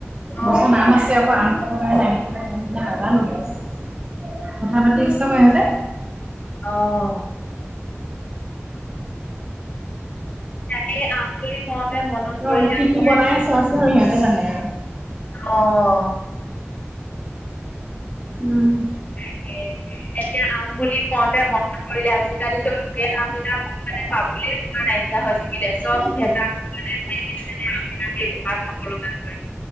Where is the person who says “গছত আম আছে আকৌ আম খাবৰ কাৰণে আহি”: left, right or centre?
Right